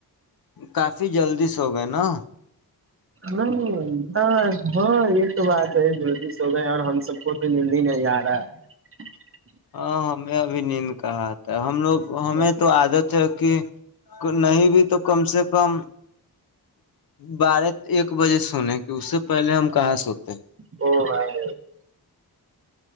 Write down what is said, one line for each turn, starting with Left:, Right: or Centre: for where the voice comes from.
Left: کافی جلدی سےو گئے نا؟
Right: نہیں ہاں یہ تو بات ہے جلدی سو گئے اور ہم سب کو تو نیند ہی نہیں آ رہا ہے۔
Left: ہاں ہمیں <unintelligible> ہم لوگ ہمیں
Right: ہے
Left: تو عادت ہے۔ <unintelligible> نہیں بھی تو کم سے کم بارہ ایک بجے سنے کی اس سے پہلے ہم کہاں سوتے۔
Right: او بھائی۔